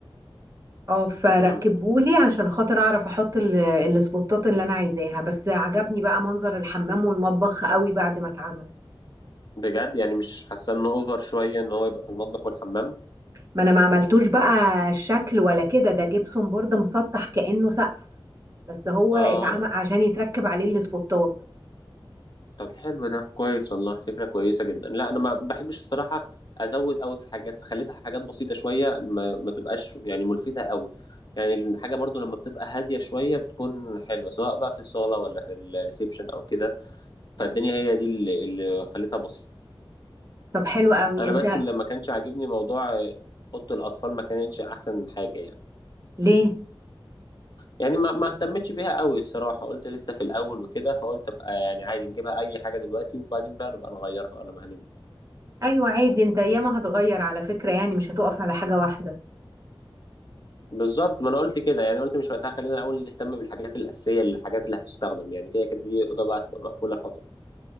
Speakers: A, on the right; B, on the left.
A: اه فركبهولي
B: مم.
A: عشان خاطر اعرف احط ال- السبوتات اللي انا عايزاها بس عجبني بقى منظر الحمام والمطبخ قوي بعد ما اتعمل
B: بجد يعني مش حاسه انه اوفر شويه ان هو يبقى في المطبخ والحمام
A: ما انا ما عملتوش بقى الشكل ولا كده ده جبسون بورد مسطح كانه سقف بس هو
B: اه
A: اتعمل عشان يتركب عليه السبوتات
B: طب حلو ده كويس والله فكره كويسه جدا لا انا ما بحبش الصراحه ازود قوي في حاجات فخليتها حاجات بسيطه شويه ما, ما تبقاش يعني ملفته قوي يعني الحاجه برضو لما بتبقى هاديه شويه بتكون حلوه سواء بقى في الصاله ولا في الريسبشن او كده فالدنيا هي دي اللي, اللي خليتها بسيطه
A: طب حلو قوي
B: انا
A: انت
B: بس اللي ما كانش عاجبني موضوع آه، اوضه الاطفال ما كانتش احسن حاجه يعني
A: ليه
B: يعني ما ما اهتمتش بيها قوي الصراحة قلت لسه في الأول وكده فقلت أبقى يعني عادي نجيبها أي حاجة دلوقتي وبعدين بقى نبقى نغيرها ولا مهلين
A: ايوه عادي انت ياما هتغير على فكره يعني مش هتقف على حاجه واحده
B: بالظبط ما أنا قلت كده يعني قلت مش وقتها خلينا الأول نهتم بالحاجات الأساسية الحاجات اللي هتستخدم يعني كده كده دي أوضة بقى تبقى مقفولة فترة